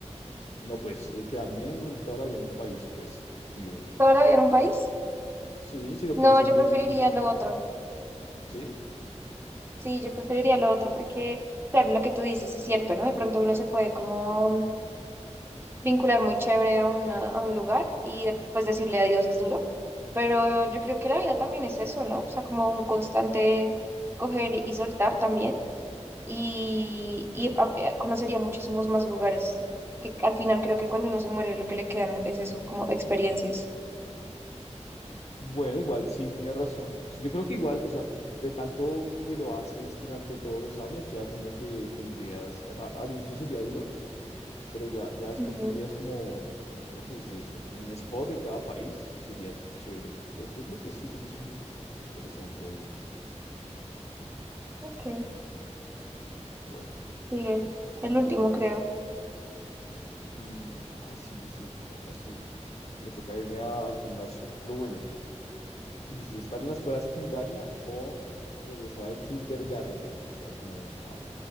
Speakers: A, on the left (about 65°); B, on the right (about 20°).
A: No, pues eh, quedarme en- toda la vida en un país, pues digo, no.
B: ¿Toda la vida en un país?
A: Sí, si lo
B: No,
A: piensas
B: yo
A: bien,
B: preferiría lo otro.
A: sí.
B: Sí, yo preferiría lo otro porque, claro, lo que tú dices es cierto, ¿no? De pronto uno se puede como vincular muy chévere a, una, a un lugar y de- pues decirle adiós es duro, pero yo creo que la vida también es eso, ¿no? O sea, como un constante coger y soltar también y, y a- eh, conocería muchísimos más lugares, que al final creo que cuando uno se muere lo que le quedan es eso, como experiencias.
A: Bueno, igual sí, tienes razón. Pues, Yo creo que igual, o sea, de tanto que lo haces durante todos los años, ya como que tendrías, o sea, al inicio sería duro, pero ya, ya después
B: Ujú.
A: tendrías como, ¿cómo se dice eso? Como un spot en cada país y sería chévere. Entonces yo creo que sí, tienes un lo interesante allí
B: Ok,
A: Bueno,
B: sigue. El
A: me
B: último
A: toca,
B: creo.
A: me toca. Mm, ay, sí, sí, sí, ya casi. Me toca irme a- al gimnasio. Pero bueno, dice, estar en la escuela secundaria o regresar al kindergarten. O sea, como, como a-